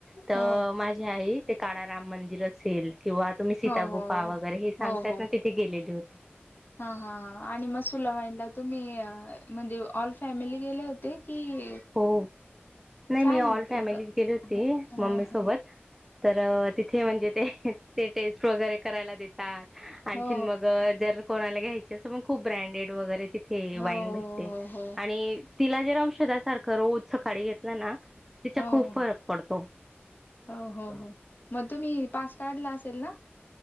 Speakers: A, in the centre; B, on the left (about 50°).
A: तर
B: हो
A: माझी आई ते काळ राम मंदिर असेल. किंवा तुम्ही सीता
B: हो -हो-
A: गुफा वगैरे हे सांगतात
B: हो -हो
A: ना
B: -हो
A: तिथे गेलेली होती.
B: -हा- हा- ह आणि मसूला वाईन दा तुम्ही म्हणजे ऑल फॅमिली गेले होते? की
A: हो. नाही
B: छान
A: मी ऑल
B: येते
A: फॅमिली
B: ब
A: गेली होती
B: हा
A: मम्मी
B: हा
A: सोबत. तर तिथे म्हणजे ते <inaudible> ते टेस्ट वगैरे करायला देतात. आणखीन
B: हो
A: मग जर कोणाला घ्यायच <unintelligible> असं मग खूप ब्रँडेड वगैर. तिथे
B: हो
A: वाईन
B: हो
A: भेट्टते
B: हो
A: आणि तिला जर औषध अस <unintelligible> तर रोज सकाळी घेतला ना तिच्या
B: हो
A: खूप
B: हो
A: फरक पडतो.
B: हो -हो- हो मग तुम्ही पास काढला असेल ना?